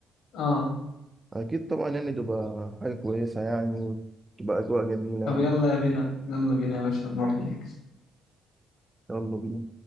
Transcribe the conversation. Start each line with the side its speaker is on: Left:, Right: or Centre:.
Left: اه
Right: أكيد طبعا يعني تبقى حاجة كويسة يعني تبقى أجواء جميلة
Left: طب
Right: يعني
Left: يلا بينا يلا بينا يا باشا نروح نحجز
Right: يلا بينا